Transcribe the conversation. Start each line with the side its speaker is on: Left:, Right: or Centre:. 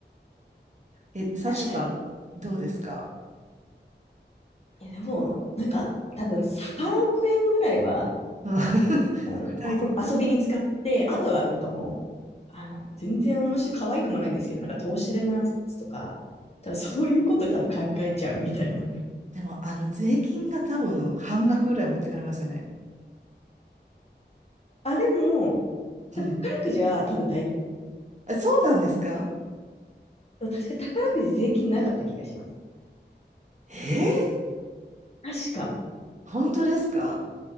Right: え、幸子さん、
Left: 確かに。
Right: どうですか
Left: いや、でも、なんか、多分3億円ぐらいは、
Right: うん <laughs>
Left: あの、
Right: 具体的に。
Left: 遊遊びに使って、あとはなんかもう、あの、全然面白い、可愛くもないんですけど、なんか投資でますとか、多分そういうこと多分考えちゃうみたいな。
Right: でも、あの、税金が多分半額ぐらい持ってかれますよね。
Left: あ、でも、宝くじは多分大丈
Right: うん。えそうなんですか
Left: 夫。確か宝くじ税金なかった気がします。
Right: えー
Left: 確か。
Right: 本当ですか